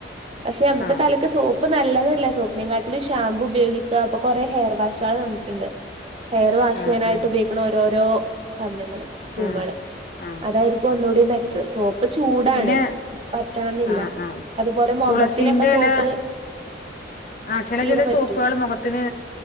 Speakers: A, on the right; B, on the left.
A: പക്ഷെ നമ്മക്ക്
B: ആഹ്
A: തലക്ക് സോപ്പ് പ്പ് നല്ലതല്ല. സോപ്പ്നേം കാട്ടിലും ഷാമ്പു ഉപയോഗിക്ക. ഇപ്പൊ കൊറേ ഹെയർ വാഷാള് വന്നിട്ട്ണ്ട്. ഹെയറ് വാഷ്
B: ആഹ് ആഹ്
A: ചെയ്യാനായിട്ട്
B: ആഹ്
A: ഉപയോഗിക്ക്ണ ഓരോരോ സാധനങ്ങള്, ക്രീമാള്.
B: ആഹ് ആഹ്
A: അതായിരി ക്കും ഒന്നൂടി ബെറ്റ്റ്. സോപ് ഇപ്പൊ ചൂടാണ്,
B: പിന്നെ
A: പറ്റണംന്നില്ല.
B: ആഹ് ആഹ്
A: അതുപോലെ മൊഖത്തിനൊക്കെ
B: തുളസിന്റെ
A: സോപ്പ്
B: എല ആഹ് ചെല
A: തീരെ
B: ചെലേ
A: പറ്റൂല
B: സോപ്പാള് മൊഖത്തിന്